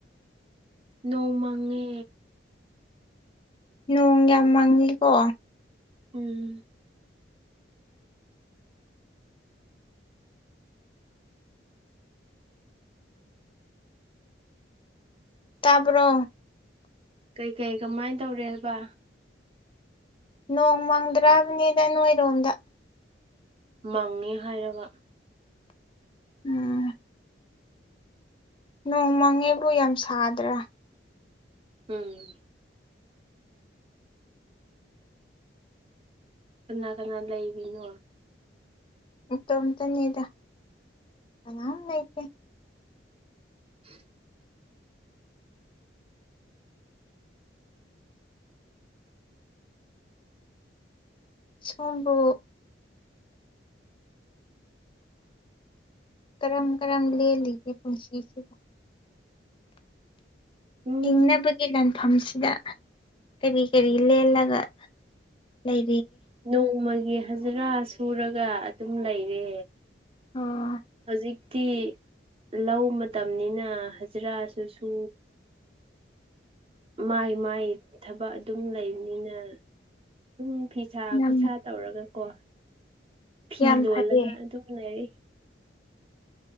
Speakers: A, on the right; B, on the left.
A: ꯅꯣꯡꯃꯉꯦ
B: ꯅꯣꯡ ꯌꯥꯝ ꯃꯪꯉꯤꯀꯣ
A: ꯎꯝ
B: ꯇꯔꯕ꯭ꯔꯣ
A: ꯀꯩꯀꯩ ꯀꯃꯥꯏꯅ ꯇꯧꯔꯦꯕ
B: ꯅꯣꯡ ꯃꯪꯗ꯭ꯔꯕꯅꯤꯗ ꯅꯣꯏꯔꯣꯝꯗ
A: ꯃꯪꯉꯦ ꯍꯥꯏꯔꯕ
B: ꯎꯝ ꯅꯣꯡ ꯃꯪꯉꯦꯕꯨ ꯌꯥꯝ ꯁꯥꯗ꯭ꯔꯥ
A: ꯎꯝ ꯀꯅꯥ ꯀꯅꯥ ꯂꯩꯕꯤꯅꯣ
B: ꯇꯣꯝꯇꯅꯤꯗ ꯑꯅꯥ ꯂꯩꯇꯦ
A: <unintelligible>
B: ꯆꯣꯡꯕ ꯀꯔꯝ ꯀꯔꯝ ꯂꯦꯜꯂꯤꯒꯦ ꯄꯨꯟꯁꯤꯁꯤꯕꯨ
A: ꯎꯝ
B: ꯍꯤꯡꯅꯕꯒꯤ ꯂꯥꯟꯐꯝꯁꯤꯗ ꯀꯔꯤ ꯀꯔꯤ ꯂꯩꯂꯒ ꯂꯩ
A: ꯅꯣꯡꯃꯒꯤ ꯍꯖꯔꯥ ꯁꯨꯔꯒ ꯑꯗꯨꯝ ꯂꯩꯔꯦ
B: ꯑꯣ
A: ꯍꯧꯖꯤꯛ ꯇꯤ ꯂꯧ ꯃꯇꯝꯅꯤꯅ ꯍꯖꯤꯔꯥꯁꯨ ꯁꯨ ꯃꯥꯏ ꯃꯥꯏ ꯊꯕꯛ ꯑꯗꯨꯝ ꯂꯩꯕꯅꯤꯅ ꯑꯗꯨꯝ ꯐꯤꯁꯥ
B: ꯌꯥꯝ
A: ꯈꯨꯠꯁꯥ ꯇꯧꯔꯒꯀꯣ ꯐꯤ
B: ꯌꯥꯝ
A: ꯂꯣꯜꯂꯒ
B: ꯐꯩꯌꯦ
A: ꯑꯗꯨꯝ ꯂꯩꯔꯤ